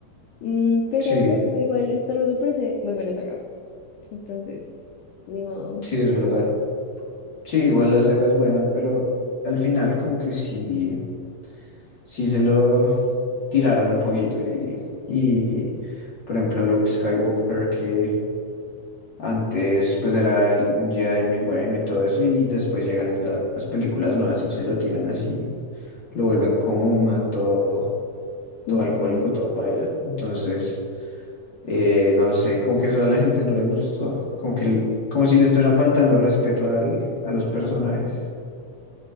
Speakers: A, on the left; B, on the left.
A: Mm, pero
B: Sí,
A: bueno, igual Star Wars me parece muy buena saga. Entonces, ni modo.
B: sí, es verdad. Sí, igual la saga es buena, pero al final como que sí, sí se lo tiraron un poquito y, y por ejemplo Luke Skywalker que antes pues era el- un Jedi muy bueno y todo eso y después llegan en la- las películas nuevas y se lo tiran así, lo vuelven como un man todo,
A: Sí,
B: todo alcohólico, todo paila, entonces eh, no sé, como que eso a la gente no le gustó, como que como si le estuvieran faltando el respeto al- a los personajes.